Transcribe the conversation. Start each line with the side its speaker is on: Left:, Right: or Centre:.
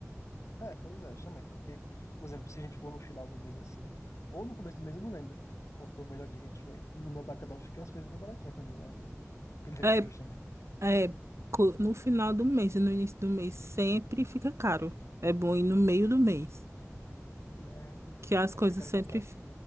Left: É, pois é, também. Porque, por exemplo, se a gente for no final do mês assim, ou no começo do mês, eu não lembro qual foi o melhor dia que a gente foi. No Atacadão fica umas coisas bem baratinhas também, né, às vezes. E na de
Right: É,
Left: compras também.
Right: é, co- no final do mês e no início do mês sempre fica caro. É bom ir no meio do mês,
Left: E é.
Right: que as
Left: Eu
Right: coisas
Left: achei que era
Right: sempre,
Left: o contrário.
Right: fi-